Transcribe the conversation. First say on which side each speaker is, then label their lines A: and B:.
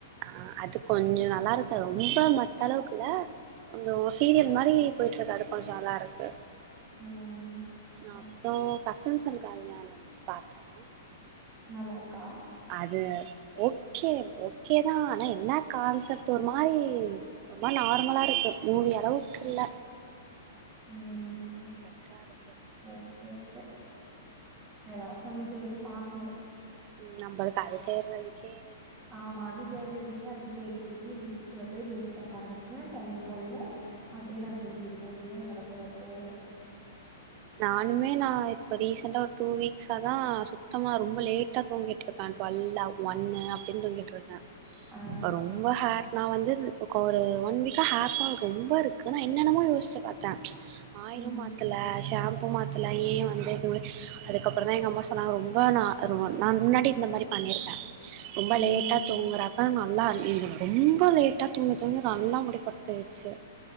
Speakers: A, on the right; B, on the right.
A: ஆ அது கொஞ்சோ நல்லாருக்கு ரொம்ப மத்தளவுக்குல கொஞ்சோ சீரியல் மாரி போயிட்ருக்கு அது கொஞ்சோ நல்லாருக்கு
B: ம்
A: அப்றோ
B: ஓகே ஓகே
A: கசின்ஸ் அன் கல்யாணம்சு பாத்தே
B: நல்லார்க்கா
A: அது ஓக்கே ஓக்கேதா ஆனா என்னா கான்செப்ட்டு ஒரு மாரி ஒரு மாரி நார்மலா இருக்கு மூவி அளவுக்கு இல்ல
B: ம்
A: மெட்ரா இருக்கு
B: ஓகே ஓகே எதாச்சு ஒன்னு தேடிப் பாக்ணு
A: ம் நம்பளுக்கு அது தேட்றதுக்கே
B: ஆமா அது தேட்றதுக்கே அப்டியே தேடித் தேடி ரீல்ஸ்குள்ள போயி ரீல்ஸ் பாக்க ஆரம்பிச்வே டைம் போயிரு அப்டியே நா தூங்கிருவே இதுதா நடக்கு எப்பவு
A: நானுமே நா இப்போ ரீசெண்ட்டா ஒரு டூ வீக்ஸாகதா சுத்தமா ரொம்ப லேட்டா தூங்கிட்ருக் கான் டுவெல்லா ஒன்னு அப்டின் தூங்கிட்ருக்கே
B: ஆ
A: ரொம்ப ஹேர் நான் வந்து ஒரு ஒன் வீக்காக ஹேர் ஃபால் ரொம்ப இருக்குது நான் என்னென்னமோ யோசிச்சி பாத்தேன் ஆயிலும்
B: ம்
A: மாத்தல ஷாம்பூ மாத்தல ஏன் வந்துது அதுக்கப்பறம் தான் எங்க அம்மா சொன்னாங்க ரொம்ப ந நான் முன்னாடி இந்த மாரி பண்ணிருக்கேன் ரொம்ப
B: ம்
A: லேட்டா தூங்குறாப்ப நல்லா நீங்க ரொம்ப லேட்ட தூங்க தூங்கி நல்லா முடி கொட்டியிடுச்சு